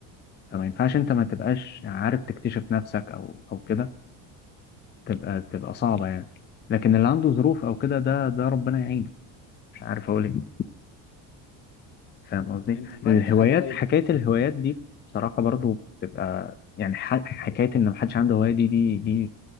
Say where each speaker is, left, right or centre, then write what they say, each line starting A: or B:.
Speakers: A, on the left (about 25°); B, on the left (about 75°).
A: فما ينفعش انت
B: مم.
A: ما تبقاش عارف تكتشف نفسك او او كده تبقى تبقى صعبة يعني لكن اللي عنده ظروف او كده ده ده ربنا يعينه مش عارف اقول ايه فاهم قصدي
B: طب أنت عملت
A: الهوايات
B: حاجة طيب
A: حكاية الهوايات دي بصراحة برضو بتبقى يعني ح- حكاية إن محدش عنده هواية دي دي دي